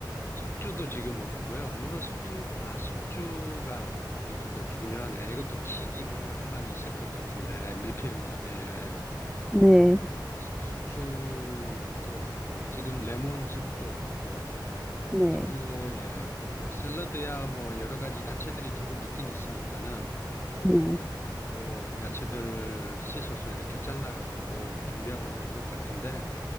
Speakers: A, on the left (about 30°); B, in the centre.
A: 숙주도 지금 없고요. 물론 숙주, 아, 숙주가 또 이것도 중요하네. 이것도 킥이 뭔가 한 방이 있을 것 같은데, 밀푀유 나베에.
B: 네,
A: 숙주도 없고 지금 레몬즙도 없고
B: 네,
A: 그리고 예 샐러드야 뭐 여러 가지 야채들이 조금 있긴 있으니까는
B: 네,
A: 음, 그 야채들 씻어서 이렇게 잘라가지고 준비하면 될 것 같은데